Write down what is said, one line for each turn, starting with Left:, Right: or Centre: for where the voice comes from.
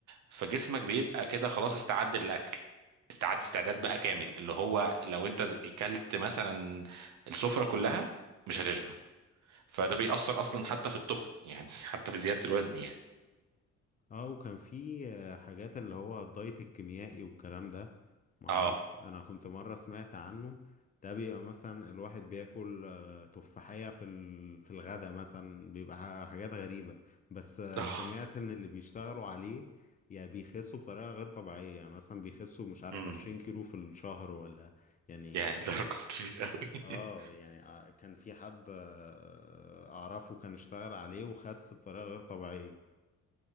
Right: فجسمك بيبقى كده خلاص استعد للأكل استعد استعداد بقى كامل اللي هو لو انت اكلت مثلا السفرة كلها مش هتشبع فده بيأثر اصلا حتى في التخن يعني <laughs> حتى في زيادة الوزن يعني
Left: اه وكان في آه، حاجات اللي هو الدايت الكيميائي والكلام ده معرفش
Right: اه
Left: انا كنت مرة سمعت عنه ده بيبقى مثلا الواحد بياكل آه، تفاحية في ال- في الغدا مثلا بيبقى ح- حاجات غريبة بس آه،
Right: اه
Left: سمعت ان اللي بيشتغلوا عليه يعني بيخسوا بطريقة غير طبيعية يعني مثلا بيخسوا مش عارف
Right: امم
Left: عشرين كيلو في الشهر ولا يعني
Right: يا ده رقم كبير قوي
Left: اه
Right: <laughs>
Left: يعني آه، كان في حد آه، اعرفه كان اشتغل عليه وخس بطريقة غير طبيعية